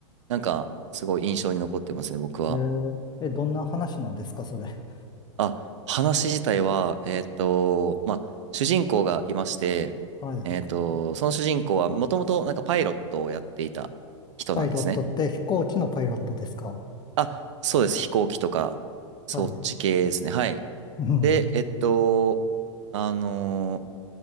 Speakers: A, on the right; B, on the left.
A: なんか、すごい印象に残ってますね、僕は。
B: えー、え、どんな話なんですか、それ。
A: あ、話自体は、えーっと、まあ、主人公がいまして、
B: はい。
A: えーっと、その主人公はもともとなんかパイロットをやっていた人なんですね。
B: パイロットって飛行機のパイロットですか
A: あ、そうです。飛行機とか、そっち系ですね。
B: はい。
A: はい。
B: うん、
A: で、えっと、あのー